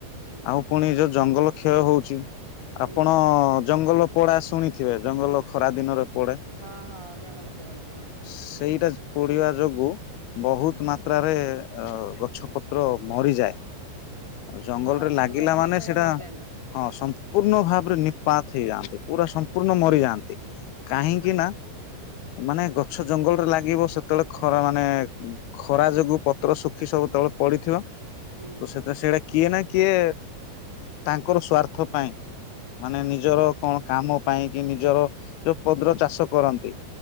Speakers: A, in the centre; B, on the left (about 80°).
A: ହୁଁ
B: ଆଉ ପୁଣି ଯ ଜଙ୍ଗଲ କ୍ଷୟ ହଉଚି
A: ହୁଁ
B: ଆପଣ ଜଙ୍ଗଲ ପଡା ଶୁଣିଥିବେ ଜଙ୍ଗଲ ଖରାଦିନରେ ପଡ଼
A: ହଁ ହଁ ଜଙ୍ଗଲ ପୋଡନ୍ତି ହଁ।
B: ସେଇଟା ପୋଡିବା ଯୋଗୁ ବହୁତ
A: ହୁଁ
B: ମାତ୍ରାରେ ଅ ଗଛପତ୍ର ମରିଯାଏ। ଜଙ୍ଗଲରେ
A: ହଁ ଛୋଟ
B: ଲାଗିଲାମାନେ
A: ଛୋଟ ଗଛ
B: ସେଇଟା
A: ବି ମରିଯାଆନ୍ତି
B: ହଁ ସମ୍ପୂର୍ଣ୍ଣ ଭାବ ପୁରା ନିପାତ ହେଇଯାଆନ୍ତି, ପୁରା ସମ୍ପୂର୍ଣ୍ଣ ମରିଯାଆନ୍ତି, କାହିଁକି ନା ମାନେ ଗଛ ଜଙ୍ଗଲରେ ଲାଗିବ ସେତେବେଳେ ଖରାମାନେ ଖରାଯୋଗୁ ପତ୍ର ଶୁଖି ସବୁ କେତେବେଳେ ପଡିଥିବ
A: ହୁଁ
B: ତ ସେତା ସିଆଡେ କିଏ ନା କିଏ ତାଙ୍କର ସ୍ଵାର୍ଥ ପାଇଁ। ମାନେ ନିଜର କଣ କାମ ପାଇଁ କି ନିଜର ଯୋଉ ପଦରତ ଚାଷ କରନ୍ତି,